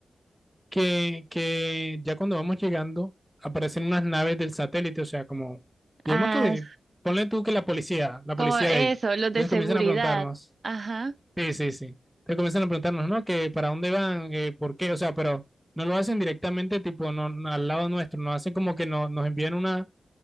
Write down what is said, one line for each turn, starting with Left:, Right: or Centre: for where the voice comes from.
Centre: que, que ya cuando vamos llegando aparecen unas naves del satélite, o sea, como, digamos
Right: Ah,
Centre: que, ponle tú que la policía, la
Right: Como
Centre: policía
Right: eso,
Centre: de ahí.
Right: los
Centre: Entonces
Right: de seguridad.
Centre: comienzan a preguntarnos.
Right: Ajá.
Centre: Sí, sí, sí. Te comienzan a preguntarnos, ¿no? Que para dónde van, que por qué, o sea, pero no lo hacen directamente, tipo, no, no al lado nuestro, no hacen como que no, nos envían una,